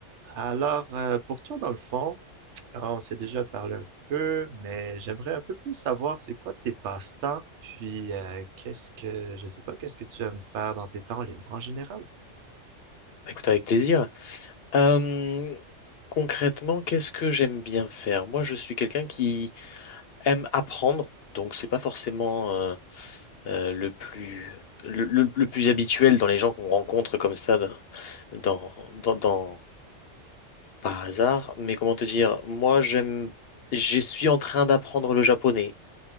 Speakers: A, on the right; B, on the left.
A: Alors, euh, pour toi, dans le fond, euh, on s'est déjà parlé un peu, mais j'aimerais un peu plus savoir c'est quoi tes passe-temps, puis euh, qu'est-ce que, je sais pas, qu'est-ce que tu aimes faire dans tes temps libres en général?
B: Bah, écoute, avec plaisir. Euh, concrètement, qu'est-ce que j'aime bien faire? Moi, je suis quelqu'un qui aime apprendre, donc c'est pas forcément euh, euh, le plus le, le- le plus habituel dans les gens qu'on rencontre comme ça dans dans dans, dans- par hasard, mais comment te dire, moi j'aime, je suis en train d'apprendre le japonais.